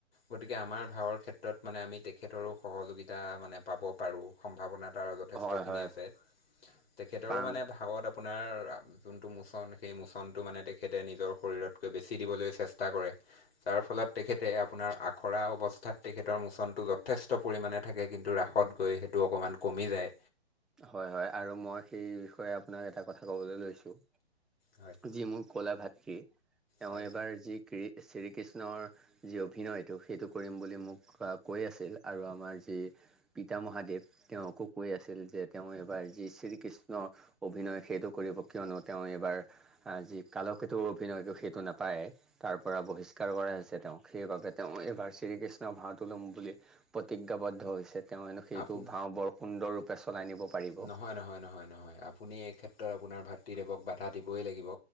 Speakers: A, on the left; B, in the centre.
A: গতিকে আমাৰ ভাওৰ ক্ষেত্ৰত মানে আমি তেখেতৰো সহযোগিতা মানে পাব পাৰোঁ সম্ভাৱনা তাৰ যথেষ্ঠ
B: হয়
A: খিনি
B: হয়
A: আছে। তেখেতৰো
B: পাম
A: মানে ভাওত আপোনাৰ যোনটো মোচন সেই মোচনটো মানে তেখেতে নিজৰ শৰীৰতকৈ বেছি দিবলৈ চেষ্টা কৰে যাৰ ফলত তেখেতে আপোনাৰ খৰা অৱস্থাত তেখেতৰ মোচনটো যথেষ্ট পৰিমাণে থাকে কিন্তু ৰাসত গৈ সেইটো অকণমান কমি যায়।
B: হয় হয় আৰু মই সেই বিষয়ে আপোনাক এটা কথা ক'বলৈ লৈছোঁ।
A: হয়।
B: যি মোৰ কলা ভাতৃ তেওঁ
A: হয়,
B: এবাৰ যি ক শ্ৰী কৃষ্ণৰ যি অভিনয়টো সেইটো কৰিম বুলি মোক কৈ আছিল আৰু আমাৰ যি পিতা ম মহাদেৱ তেওঁকো কৈ আছিল যে তেওঁ এইবাৰ যি শ্ৰীকৃষ্ণ অভিনয় সেইটো কৰিব কিয়নো তেওঁ এইবাৰ আ যি কালকেতু অভিনয়টো সেইটো নাপায়ে। তাৰ পৰা বহিষ্কাৰ কৰা হৈছে তেওঁক, সেইবাবে তেওঁ এইবাৰ শ্ৰীকৃষ্ণৰ ভাওতো লম বুলি প্ৰতিজ্ঞাবদ্ধ হৈছে তেওঁ সেইটো
A: আপোন
B: ভাও বৰ সুন্দৰ ৰূপে চলাই নিব পাৰিব
A: নহয় নহয় নহয় নহয় আপুনি এই ক্ষেত্ৰত আপোনাৰ ভাতৃদেৱক বাধা দিবই লাগিব।